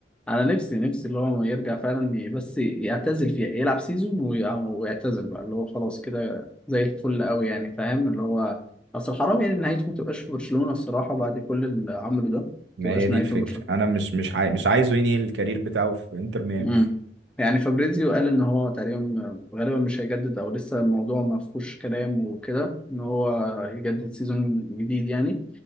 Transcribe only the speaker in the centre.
انا نفسي نفسي اللي هو يرجع فعلا ي- بس يعتزل فيها يلعب سيزون وي- ويعتزل بقى اللي هو خلاص كده زي الفل قوي يعني فاهم اللي هو اصل حرام يعني نهايته ما تبقاش في برشلونة الصراحة بعد كل اللي عمله ده ما
تبقاش
نهايته
في برشلونة
امم يعني فابريزيو قال ان هو تقريبا غالبا مش هيجدد او لسه الموضوع ما فيهوش كلام وكده ان هو يجدد سيزون جديد يعني